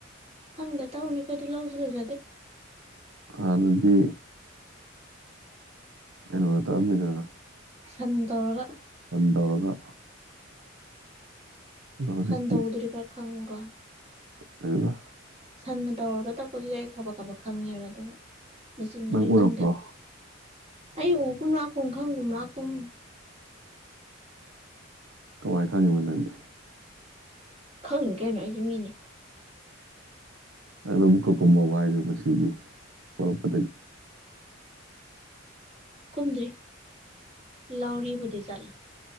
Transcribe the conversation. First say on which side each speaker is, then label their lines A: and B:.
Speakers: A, on the right; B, on the right.
A: ꯈꯪꯗ ꯇꯧꯅ‌ꯦ ꯑꯈꯣꯏꯗꯤ ꯂꯧꯁꯨ ꯂꯩꯖꯗꯦ
B: ꯍꯥꯟꯅꯗꯤ ꯀꯩꯅꯣ ꯇꯥ ꯑꯝ ꯅꯤꯗ <unintelligible>
A: ꯁꯟ ꯇꯧꯔꯒ
B: ꯕꯟ ꯇꯧꯔꯒ ꯑꯗꯣ ꯍꯧꯖꯤꯛꯇꯤ
A: ꯁꯟ ꯇꯧꯗꯣꯔꯤ ꯈꯔ ꯈꯪꯉꯨꯀꯣ
B: <unintelligible>
A: ꯁꯟꯅ ꯇꯧꯔꯒ ꯇꯛꯄꯗꯨꯗꯤ ꯑꯩ ꯀꯕꯛ ꯀꯕꯛ ꯈꯪꯉꯦꯕ ꯑꯗꯨ ꯃꯦꯆꯤꯟꯗꯨꯗꯤ
B: ꯅꯪ ꯎꯔꯛꯄ꯭ꯔꯣ
A: ꯈꯪꯗꯦꯕ ꯑꯩ ꯎꯒꯨꯝ ꯂꯥꯛꯀꯨꯝ ꯈꯪꯒꯨꯝ ꯂꯥꯛꯀꯨꯝ
B: ꯀꯃꯥꯏ ꯈꯪꯏꯕ ꯅꯪꯗꯤ
A: ꯈꯪꯉꯤꯅꯤ ꯀꯩꯅꯣ ꯑꯩꯖ‌ꯦ ꯃꯤꯅꯦ
B: ꯅꯪꯗ‌ꯣ ꯑꯃꯨꯛ ꯀ ꯀꯨꯝꯃꯕ‌ꯣ ꯍꯥꯏꯒ ꯃꯁꯤꯗꯤ ꯄꯣꯂꯛꯄꯗꯩ
A: ꯀꯨꯝꯗ‌ꯦ ꯂꯧꯔꯤꯕꯨꯗꯤ ꯆꯠꯂꯦ